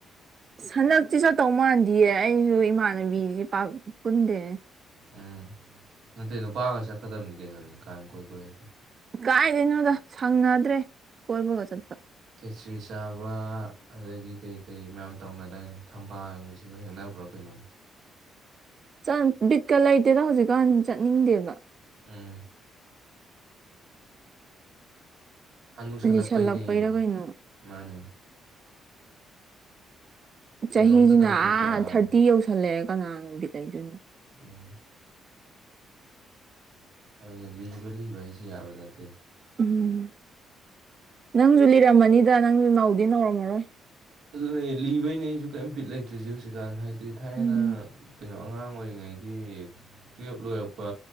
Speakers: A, on the right; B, on the right.
A: ꯍꯟꯗꯛꯇꯤ ꯆꯠꯇꯧ ꯃꯥꯟꯗꯤꯌꯦ ꯑꯩꯖꯨ ꯏꯃꯥꯟꯅꯕꯤꯁꯦ ꯄꯥꯛ ꯄꯨꯟꯗꯦꯅꯦ
B: ꯎꯝ ꯅꯠꯇꯦ ꯅꯨꯄꯥꯒ ꯆꯠꯀꯗꯕꯅꯤ ꯀꯩꯅꯣꯅꯦ ꯀꯥꯡ ꯀꯣꯏꯕ ꯑꯣꯏꯔꯗꯤ
A: ꯀꯥꯏꯗꯩꯅꯣꯗ ꯁꯪꯅꯗ꯭ꯔꯦ ꯀꯣꯏꯕꯒ ꯆꯠꯄ
B: ꯈꯦꯆ꯭ꯔꯤ ꯆꯥꯕ ꯑꯗꯩꯒꯤ ꯀꯩ ꯀꯩ ꯌꯥꯝ ꯇꯧꯅꯗꯥꯏꯅꯦ ꯊꯝꯕꯥꯜꯒꯁꯨ ꯁꯨ ꯍꯦꯛꯅꯕ꯭ꯔ ꯀꯩꯅꯣ
A: ꯆꯥꯟ ꯕꯤꯠꯀ ꯂꯩꯇꯦꯗ ꯍꯧꯖꯤꯛꯀꯥꯟ ꯆꯠꯅꯤꯡꯗꯦꯕ
B: ꯎꯝ ꯍꯟꯅꯨꯁꯜꯂꯛꯄꯩꯅꯦ
A: ꯂꯤꯁꯜꯂꯛꯄꯩꯔ ꯀꯩꯅꯣ
B: ꯃꯥꯅꯦ ꯀꯩꯅꯣꯝꯇ
A: ꯆꯍꯤꯖꯤꯅ
B: ꯇꯧꯊꯣꯛꯇ
A: ꯑꯥ
B: ꯌꯥꯔꯔꯣꯏ
A: ꯊꯥꯔꯇꯤ ꯌꯧꯁꯜꯂꯛꯑꯦ ꯀꯅꯥꯅꯕꯨ ꯕꯤꯠ ꯂꯩꯗꯣꯏꯅꯣ
B: ꯎꯝ ꯑꯗꯨꯅ ꯂꯤꯕ ꯂꯤꯕ ꯍꯥꯏꯁꯤ ꯌꯥꯕ ꯅꯠꯇꯦ
A: ꯎꯝ ꯅꯪꯁꯨ ꯂꯤꯔꯝꯃꯅꯤꯗ ꯅꯪꯁꯨ ꯅꯧꯗꯤ ꯅꯧꯔꯝꯃꯔꯣꯏ
B: ꯑꯗꯨꯅꯦ ꯂꯤꯕꯩꯅꯦ ꯑꯩꯁꯨ ꯀꯩꯝ ꯕꯤꯠ ꯂꯩꯇ꯭ꯔꯤꯁꯦ ꯍꯧꯖꯤꯛꯀꯥꯟ ꯍꯥꯏꯗꯤ ꯊꯥꯏꯅ
A: ꯎꯝ
B: ꯀ ꯑꯗꯣ ꯑꯉꯥꯡ ꯑꯣꯏꯔꯤꯉꯩꯒꯤ ꯇꯨꯌꯦꯜꯞ ꯂꯣꯏꯔꯛꯄ